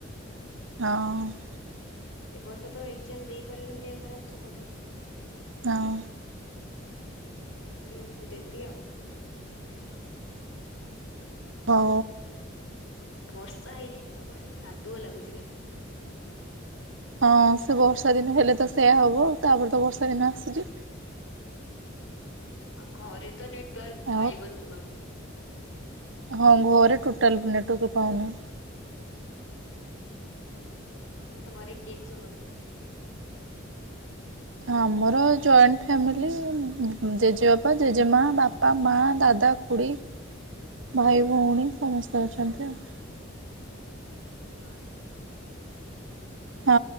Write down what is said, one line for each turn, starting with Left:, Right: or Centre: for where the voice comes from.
Right: ହଁ।
Left: ଏବର୍ଷ ତ ଏଗଜାମ୍ ଦେଇ ପାରିଲିନି ଦେହ ଖରାପ୍ ସକାସେ।
Right: ହଁ।
Left: ଆର ୟିୟର କୁ ଦେବି ଆଉ।
Right: ହଁ।
Left: ବର୍ଷା ହେଇଯାଇଚି ସବୁଆଡେ ଯେମିତି କାଦୁଅ ଲାଗୁଛି ଖାଲି ହୁଁ।
Right: ହଁ ସେ ବର୍ଷା ଦିନ ହେଲେ ତ ସେଇୟା ହବ ତାପରେ ତ ବର୍ଷା ଦିନ ଆସୁଚି।
Left: ଆଉ ଘରେ ତ ନେଟୱାର୍କ
Right: ଆଉ
Left: ପାଇବନି ଜମା ବି।
Right: ହଁ ଘରେ ଟୋଟାଲ ନେଟୱର୍କ ପାଉନି।
Left: ଆଉ ତମଘରେ କିଏ କିଏ ସବୁ ଅଛ?
Right: ଆମର ଜଏଣ୍ଟ ଫ୍ୟାମିଲି ଜେଜେବାପା, ଜେଜେମା, ବାପା, ମା ଦାଦା। ଦା ଖୁଡି, ଭାଇ, ଭଉଣୀ ସମସ୍ତେ ଅଛନ୍ତି ଆଉ।
Left: ଭଲ।
Right: ହଁ